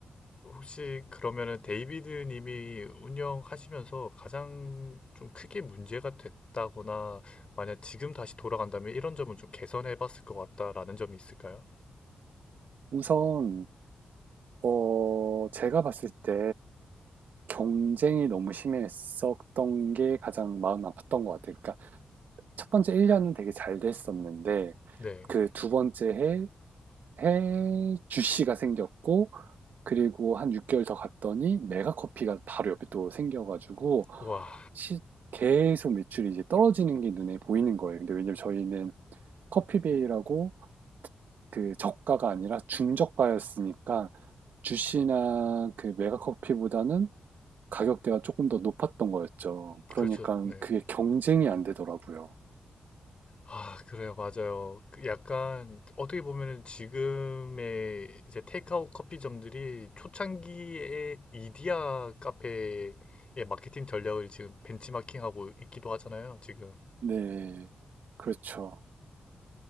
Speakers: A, on the left; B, on the right.
A: 혹시 그러면은 데이비드 님이 운영하시면서 가장 좀 크게 문제가 됐다거나 만약 지금 다시 돌아간다면 이런 점은 좀 개선해 봤을 것 같다라는 점이 있을까요?
B: 우선 어 제가 봤을 때 경쟁이 너무 심했었던 게 가장 마음 아팠던 것 같아요. 그러니까 첫 번째 1 년은 되게 잘 됐었는데
A: 네.
B: 그 두 번째 해 해 주씨가 생겼고 그리고 한 6개월 더 갔더니 메가커피가 바로 옆에 또 생겨가지고
A: 와,
B: 시- 계속 매출이 이제 떨어지는 게 눈에 보이는 거예요. 근데 왜냐면 저희는 커피베이라고 그 저가가 아니라 중저가였으니까 주시나 그 메가커피보다는 가격대가 조금 더 높았던 거였죠. 그러니까
A: 그렇죠. 네.
B: 그게 경쟁이 안 되더라고요.
A: 아, 그래요. 맞아요. 그 약간 어떻게 보면은 지금의 이제 테이크아웃 커피점들이 초창기에 이디야 카페의 마케팅 전략을 지금 벤치마킹하고 있기도 하잖아요. 지금.
B: 네, 그렇죠.